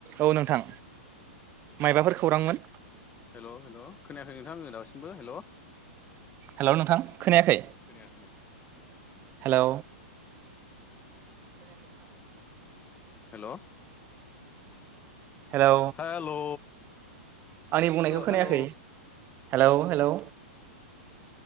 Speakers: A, on the right (about 30°); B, on the left (about 20°).
A: औ नोंथां माइबाफोर खौरांमोन
B: हेल' हेल' खोनायाखै नोंथां आङो दासिमबो हेल'
A: हेल' नोंथां खोनायाखै
B: खोनाया खोनाया
A: हेल'।
B: हेल'।
A: हेलौ
B: हेल'।
A: आंनि बुंनायखौ खोनायाखै।
B: हेल'
A: Hello hello.